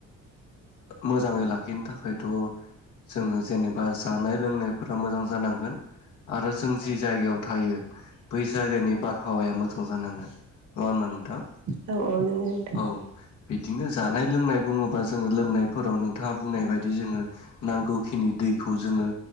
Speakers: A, on the left; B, on the right.
A: मोजाङै लाखिनो थाखायथ' जों जेनेबा जानाय लोंनायफोरा मोजां जानांगोन आरो जों जि जायगायाव थायो बै जायगानि बा रहावाया मोजां जानांगोन नङा होनबा नोंथां?
B: औ औ नंगौ नोंथां
A: औ बिदिनो जानाय लोंनाय बुङोबा जोङो लोंनाय फोराव नोंथाङा बुंनाय बायदि जोङो नांगौखिनि दैखौ जोङो